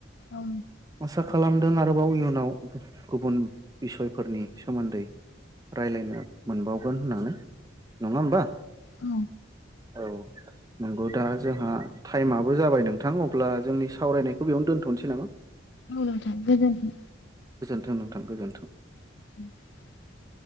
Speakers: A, on the left; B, on the right.
A: औ
B: आसा खालामदों आ आरोबाव इयुनाव गुबुन बिसयफोरनि सोमोन्दै रायलायनो मोनबाव गोन होननानै नङा होमबा
A: औ
B: औ नंगौ दा जोंहा टाइमाबो जाबाय नोंथां अब्ला जोंनि सावरायनायखौ बेयावनो दोनथ'नोसै नामा
A: औ नोंथां गोजोनथों
B: थों नोंथां गोजोन्थों।
A: <inaudible>